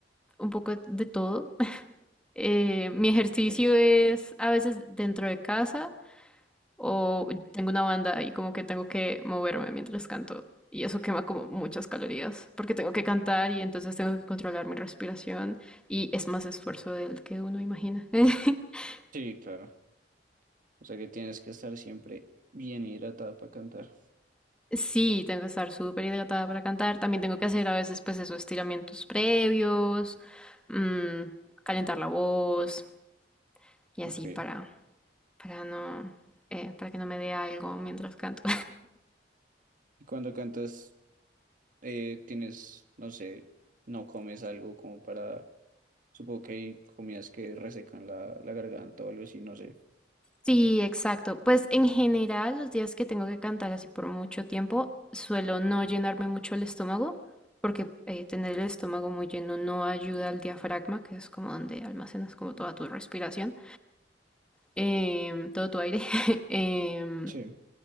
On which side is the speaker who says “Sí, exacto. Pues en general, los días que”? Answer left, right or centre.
Centre